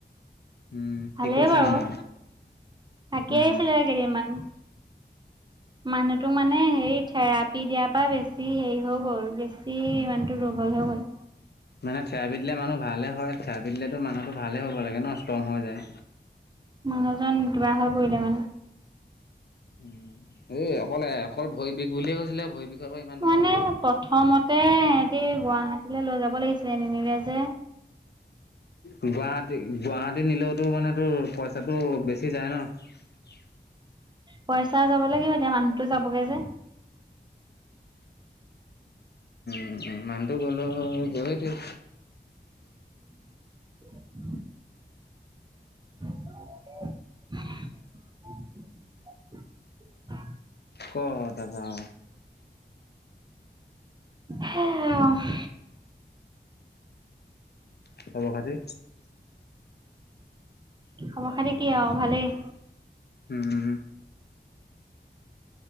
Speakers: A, on the left; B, on the right.
A: উম
B: ভালেই
A: কি কৈছে
B: বাৰু।
A: মানে
B: থাকি
A: উম
B: আহিছিলে কেইদিনমান মানুহটো মানে সেই থেৰাপি দিয়াৰ পৰা বেছি হেৰি হৈ গ'ল বেছি ইমানটো দুৰ্বল হৈ গ'ল।
A: মানে থেৰাপি দিলে মানুহ ভালে হয় থেয়াপি দিলেতো মানুহতো ভালে হব লাগে। ন ষ্ট্ৰং হৈ যায়
B: মানুহজন কিবা হৈ পৰিলে মানে
A: উম এই অকললে অকল ভয় বিষ বুলিয়ে কৈছিলে ভৰি বিষৰ পৰা ইমান ডাঙৰ
B: মানে
A: হৈ গল।
B: প্ৰথমতে সিহঁতি গুৱাহাটীলৈ লৈ যাব লাগিছিলে এ নিনিলে যে
A: গুৱাহাটী গুৱাহাটী নিলেওতো মানে তোৰ পইচা চাতটো বেছি যায় ন
B: পইচা চাব লাগে এতিয়া মানুহতো যাবগে যে।
A: উম মানুহটো গলেও <unintelligible>
B: উম। <unintelligible>
A: ক'তা জাও
B: হে আৰু।
A: খবৰ খাটি।
B: খবৰ খাতি কি আৰু ভালেই।
A: উম।